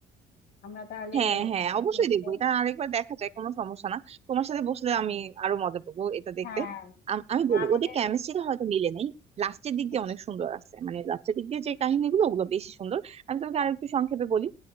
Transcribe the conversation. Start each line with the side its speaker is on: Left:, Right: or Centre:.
Left: আমরা তাহলে
Right: হ্যাঁ হ্যাঁ অবশ্যই
Left: দেখবো
Right: দেখবো এটা আরেকবার দেখা যায় কোনো সমস্যা না তোমার সাথে বসলে আমি আরো মজা পাবো এটা দেখতে
Left: হ্যাঁ
Right: আম- আমি
Left: আর
Right: বলি
Left: আমাদের
Right: ওদের কেমিস্ট্রিটা হয়তো মিলে নাই লাস্টের দিক দিয়ে
Left: আচ্ছা
Right: অনেক সুন্দর আছে মানে লাস্টের দিক দিয়ে যে কাহিনীগুলো ওগুলো বেশি সুন্দর আমি তোমাকে আরেকটু সংক্ষেপে বলি